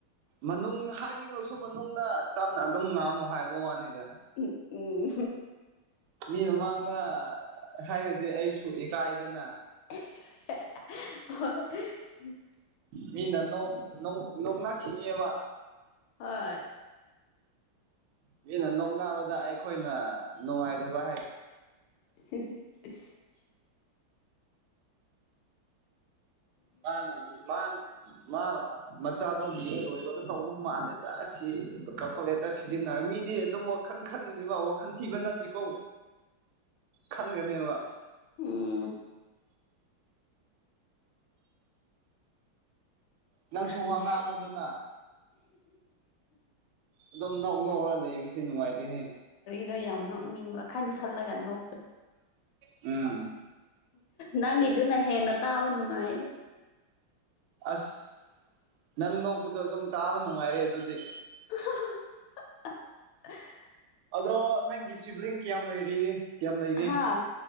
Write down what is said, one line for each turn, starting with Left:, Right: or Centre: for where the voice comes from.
Right: ꯃꯅꯨꯡ ꯍꯥꯏꯅꯤꯡꯂꯨꯁꯨ ꯃꯅꯨꯡꯗ ꯇꯞꯅ ꯑꯗꯨꯝ ꯉꯥꯡꯉꯣ ꯍꯥꯏꯕ ꯋꯥꯅꯤꯗ
Left: ꯎꯝ ꯎꯝ
Right: ꯃꯤ ꯃꯃꯥꯡꯗ ꯍꯥꯏꯔꯗꯤ ꯑꯩꯁꯨ ꯏꯀꯥꯏꯗꯅ
Left: <unintelligible>
Right: ꯃꯤꯅ ꯅꯣꯛ ꯅꯣꯛ ꯅꯣꯡꯅꯈꯤꯅꯤꯕ
Left: ꯍꯣꯏ
Right: ꯃꯤꯅ ꯅꯣꯛꯅꯕꯗ ꯑꯩꯈꯣꯏꯅ ꯅꯨꯡꯉꯥꯏꯗꯕ ꯍꯥꯏ
Left: <unintelligible>
Right: ꯃꯥꯅ ꯃꯥꯟ ꯃꯥ ꯃꯆꯥꯗꯣ ꯕꯤ ꯑꯦ ꯂꯣꯏꯕꯒ ꯇꯧꯕ ꯃꯥꯜꯂꯦꯗ ꯑꯁꯤ ꯀꯥꯜꯀꯨꯂꯦꯇꯔ ꯁꯤꯖꯤꯟꯅ ꯃꯤꯗꯤ ꯑꯗꯨꯝ ꯋꯥꯈꯟ ꯈꯟꯒꯅꯤꯕ ꯋꯥꯈꯟ ꯊꯤꯕ ꯅꯠꯇꯦꯀꯣ ꯈꯟꯒꯅꯦꯕ
Left: ꯎꯝ
Right: ꯅꯪꯁꯨ
Left: ꯈꯪꯗꯦ
Right: ꯋꯥ ꯉꯥꯡꯉꯣꯗꯅ ꯑꯗꯨꯝ ꯅꯣ ꯗꯨꯝ ꯅꯣꯛꯔ ꯂꯩꯕꯁꯦ ꯅꯨꯡꯉꯥꯏꯇꯦꯍꯦ
Left: ꯈꯔ ꯌꯥꯝ ꯅꯣꯛꯅꯤꯡꯕ ꯈꯟ ꯈꯜꯂꯒ ꯅꯣꯛ
Right: ꯎꯝ
Left: ꯅꯪꯒꯤꯗꯨꯅ ꯍꯦꯟꯅ ꯇꯥꯕ ꯅꯨꯡꯉꯥꯏ
Right: ꯑꯁ ꯅꯪ ꯅꯣꯛꯄꯗꯣ ꯑꯗꯨꯝ ꯇꯥꯕ ꯅꯨꯡꯉꯥꯏꯔꯦ ꯑꯗꯨꯗꯤ
Left: <unintelligible>
Right: ꯑꯗꯣ ꯅꯪꯒꯤ ꯁꯤꯕ꯭ꯂꯤꯡ ꯀꯌꯥꯝ ꯂꯩꯔꯤꯒꯦ ꯀꯌꯥꯝ ꯂꯩꯒꯦ
Left: ꯍꯥ